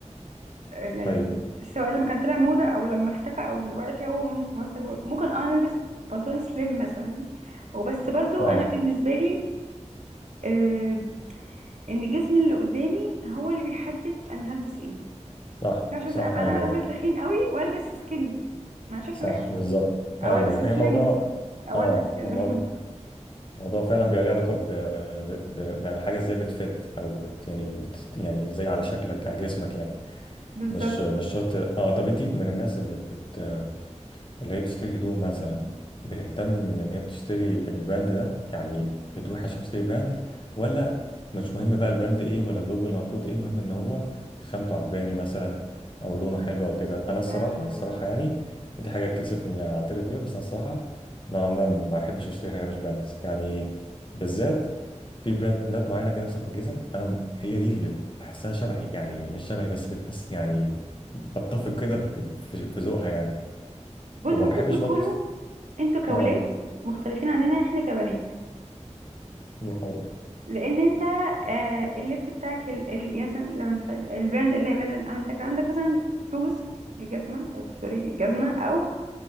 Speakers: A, on the right; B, on the left.
A: آه، يعني
B: طيب
A: سواء لما كان طلع موضه او لما اختفى او دلوقتي هو م- منظر مقرف ممكن اه نلبس بنطلون سليم مثلا وبس برضو
B: اه
A: انا بالنسبه لي آه، ان جسمي اللي قدامي هو اللي بيحدد انا هلبس ايه ما
B: صح
A: ينفعش
B: صح
A: مثلا ابقى
B: ايوه
A: انا راجل
B: ايوه
A: تخين قوي والبس سكيني ما شكلي
B: صح
A: وحش
B: بالظبط
A: او
B: ايوه
A: البس
B: ايوه
A: سليم
B: هي موضوع
A: او
B: اه
A: البس كده
B: هو موضوع
A: <laughs>
B: موضوع فعلا بيبقى ليه علاقه ب... ب... ب... بحاجه ازاي بتفت او بت... يعني بت... يعني ازاي على شكلك على جسمك يعني
A: بالظبط
B: مش مش شرط اه طب انت من الناس اللي بت... اللي هي بتشتري هدوم مثلا بتهتم ان هي بتشتري البراند ده يعني بتروح عشان تشتري براند ولا مش مهم بقى البراند ايه ولا اللوجو اللي محطوط ايه مهم ان هو خامته عجباني مثلا او لونه حلو او كده انا الصراحه
A: انا
B: الصراحه يعني ودي حاجه اتكسف اني اعترف بيها بس انا الصراحه نوعا ما ما احبش اشتري حاجه مش براند يعني بالذات في براندات معينه كده مثلا في الجزم انا م- هي دي اللي بحسها شبهي يعني مش شبهي بس بتمس يعني بتفق كده ب- في في ذوقها يعني
A: بص
B: وما
A: ممكن
B: بحبش
A: تكونوا
B: برضه
A: انتوا كولاد
B: اه
A: مختلفين عننا احنا كبنات
B: دي حقيقة
A: لان انت آه اللبس بتاعك ال... ال... يعني مثلا لما ف- البراند اللي هيبان عندك عندك مثلا شوز جزمه آه، سوري جزمه او